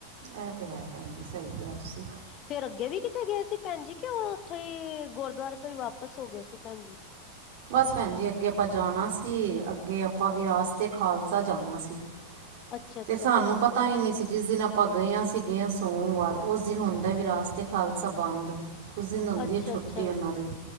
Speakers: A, on the right (about 45°); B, on the left (about 35°).
A: ਐ ਤੇ ਹੈ ਭੈਣ ਜੀ ਸਹੀ ਕਿਹਾ ਤੁਸੀਂ।
B: ਫਿਰ ਅੱਗੇ ਵੀ ਕਿਤੇ ਗਏ ਸੀ ਭੈਣ ਜੀ। ਕਿ ਓ ਓਥੋਂ ਈ ਗੁਰਦੁਆਰੇ ਤੋਂ ਈ ਵਾਪਸ ਹੋਗੇ ਸੀ ਭੈਣ ਜੀ?
A: ਬਸ ਭੈਣ ਜੀ ਅੱਗੇ ਆਪਾਂ ਜਾਣਾ ਸੀ। ਅੱਗੇ ਆਪਾਂ ਵਿਰਾਸਤ ਏ ਖਾਲਸਾ ਜਾਣਾ ਸੀ।
B: ਅੱਛਾ ਅੱਛਾ
A: ਤੇ ਸਾਨੂੰ
B: ਭੈਣ
A: ਪਤਾ
B: ਜੀ
A: ਈ ਨੀ ਸੀ। ਜਿਸ ਦਿਨ ਅਪ ਆਪਾਂ ਗੇਆਂ ਅਸੀਂ ਗੇਆਂ ਸੋਮਵਾਰ ਓਸ ਦਿਨ ਹੁੰਦਾ ਵਿਰਾਸਤੇ ਖਾਲਸਾ ਬੰਦ। ਉਸ ਦਿਨ ਹੁੰਦੀ
B: ਅੱਛਾ-ਅੱਛਾ,
A: ਏ ਛੁੱਟੀ ਔਨਾਂ ਦੀ